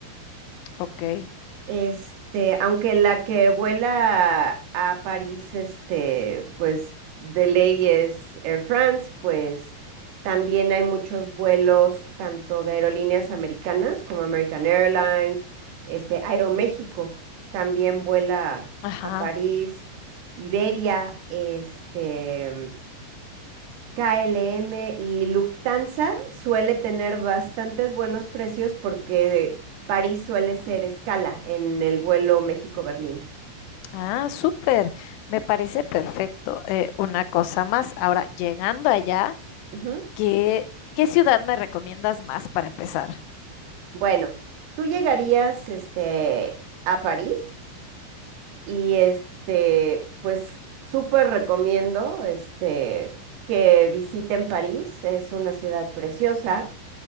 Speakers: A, on the left; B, on the right.
A: Ok.
B: Este, aunque la que vuela a París, este, pues de ley es Air France, pues también hay muchos vuelos tanto de aerolíneas americanas como American Airlines, este, Aeroméxico también vuela
A: Ajá.
B: a París, Iberia, este, KLM y Lufthansa suele tener bastantes buenos precios porque París suele ser escala en el vuelo México-Berlín.
A: Ah, súper. Me parece perfecto. Eh, una cosa más. Ahora, llegando allá,
B: Ujú.
A: ¿qué, qué ciudad me recomiendas más para empezar?
B: Bueno, tú llegarías este, a París y este, pues súper recomiendo este, que visiten París, es una ciudad preciosa.